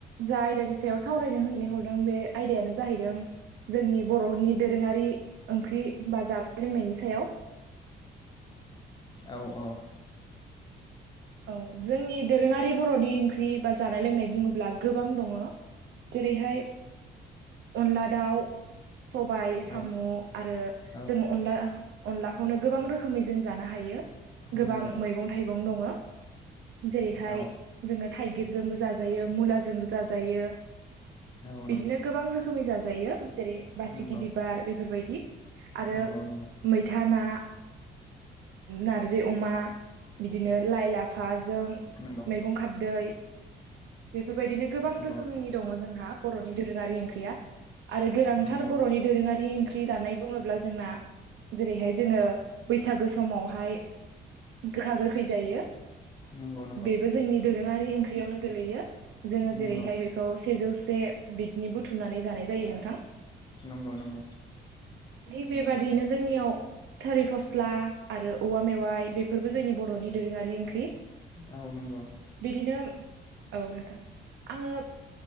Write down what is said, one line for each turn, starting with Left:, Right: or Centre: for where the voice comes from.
Right: जा आयदानि सायाव सावरायनो होननानै हरदों बे आयदायानो जाहैदों। जोंनि बर'फोरनि दोरोङारि ओंख्रि बा जानाय लोंनायनि सायाव। <inaudible>
Left: औ औ।
Right: औ जोंनि दोरोङारि बर'नि ओंख्रि बा जानाय लोंनाय बुंङोब्ला गोबां दङ। जेरैहाय अनला दाउ। सबाय साम
Left: औ
Right: आरो
Left: औ
Right: जोंङो अनला। अनलाखौनो गोबां रोखोमै जों जानो हायो गोबां
Left: नंगौ
Right: मैगं थाइगं दंङ। जेरैहाय
Left: औ
Right: जोंङो थाइगिरजोंबो जाजायो मुलाजोंबो जाजायो।
Left: नंगौ
Right: बिदिनो गोबां रोखोमै जाजायो। जेरै बासिगि
Left: नंगौ
Right: बिबार बेफोरबायदि आरो
Left: नंगौ नंगौ
Right: मैथा ना। नारजि अमा बिदिनो लाइ लाा <inaudible> जों
Left: नंगौ
Right: मैगं खाददै बेफोरबायदिनो गोबां
Left: नंगौ
Right: रोखोमनि दंङ जोंहा। बर'नि दोरोंङारि ओंख्रिया आरो गोनांथार
Left: नंगौ
Right: बर'नि दोरोंङारि ओंख्रि। फि जानाय बुंङोब्ला जोंना जेरैहाय जोंङो बैसागो समावहाय। गोखा गोखै जायो।
Left: नंगौ नंगौ
Right: बेबो जोंनि दोरोंङारि ओंख्रियावनो गोलैयो जोंङो
Left: नंगौ
Right: जेरैहाय बेखौ सेजौ। जे बिदनि बुथुमनानै जानाय जायो नोंथां।
Left: नंग नंग।
Right: दि बेबादिनो जोंनियाव। थोरि फस्ला आरो औवा मेवाइ बेफोरबो जोंनि बर'नि दोरोंङारि ओंख्रि।
Left: औ नोंगौ।
Right: बिदिनो औ नोंथां आंङो